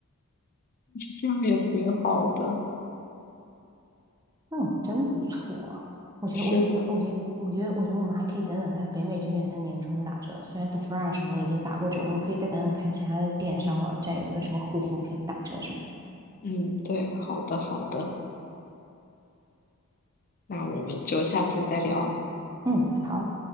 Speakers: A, on the left; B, on the right.
A: 这样也挺好的。
B: 嗯，真不错。我觉得，
A: 是的，
B: 我觉得，我觉得，我觉得，我觉得我们还可以等等看北美这边的年终打折。虽然 Sephora 什么的已经打过折，我们可以再等等看其他的电商网站有没有什么护肤品打折什么。
A: 嗯，对，好的，好的。那我们就下次再聊。
B: 嗯，好。